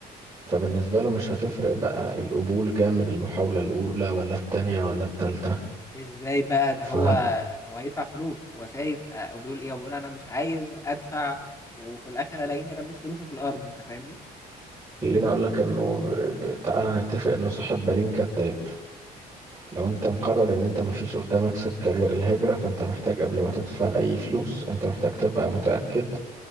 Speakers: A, on the right; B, on the left.
A: فبالنسبة له مش هتفرق بقى القبول جه من المحاولة الأولى ولا التانية ولا التالتة
B: ازاي بقى ده
A: فخليني
B: هو هو هيدفع فلوس هو شايف آه، وبيقول ايه وبيقول انا مش عايز ادفع وفي الاخر الاقيني رميت فلوسي في الارض انت فاهمني
A: أقول لك إنه ب- ب- تعالى نتفق إنه صاحب بالين كداب لو أنت مقرر إن أنت مفيش قدامك سكة غير الهجرة فأنت محتاج قبل ما تدفع أي فلوس أنت محتاج تبقى متأكد